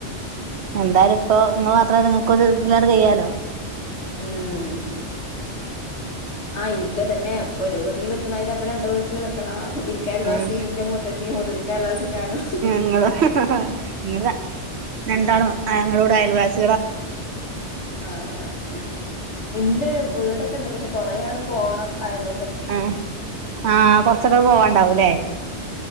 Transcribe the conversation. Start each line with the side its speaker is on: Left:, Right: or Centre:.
Right: എന്തായാലും ഇപ്പൊ ങ്ങള് മാത്രല്ല നിങ്ങക്കൊരു ഇതിലാണ്ട് കയ്യാലോ
Left: ഉം ആഹ് ഇൻക്ക്തന്നെ ഇപ്പൊ ഒരു വീട്ടില് നിക്ക്ണമാതിരി അപ്പരണ്ട് വീട്ടില് നിക്കണം ഇൻക്കയൽവാസി
Right: ഉം
Left: ന്റെ മൂത്തച്ചി മൂത്തച്ഛിക്കയൽവാസി ഞാനും
Right: നിങ്ങള് നിങ്ങള് രണ്ടാളും അങ്ങടുങ്ങടു അയൽവാസി
Left: ആഹ് ഇണ്ട് വീടൊക്കെണ്ട് പക്ഷേ കൊറേയാണ്ട് പോണം അയൽവ
Right: ആഹ് ആ കൊറച്ചൊക്കെ പോവാണ്ടാവൂല്ലേ